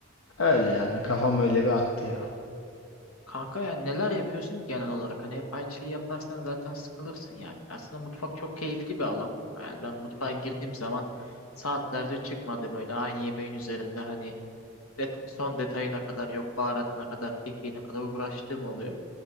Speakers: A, on the left; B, on the left.
A: Öyle
B: hı
A: yani
B: hı.
A: kafam öyle bir attı ya.
B: Kanka ya neler yapıyorsun ki genel olarak? Hani hep aynı şeyi yaparsan zaten sıkılırsın ya. Aslında mutfak çok keyifli bir alan. Yani ben mutfağa girdiğim zaman saatlerce çıkmadım öyle aynı yemeğin üzerinde hani det- son detayına kadar yok baharatına kadar kekiğine kadar uğraştığım oluyor.